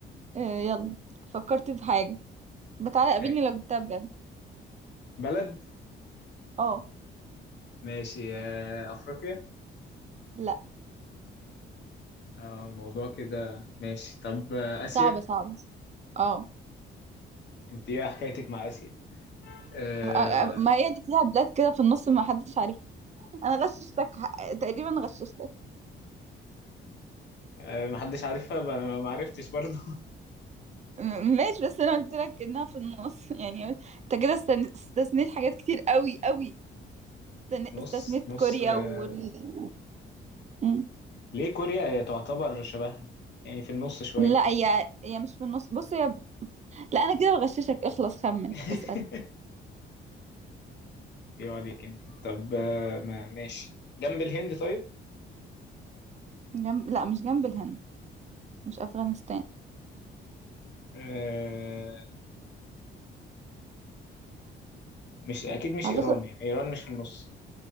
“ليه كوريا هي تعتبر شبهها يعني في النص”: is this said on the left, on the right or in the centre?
Left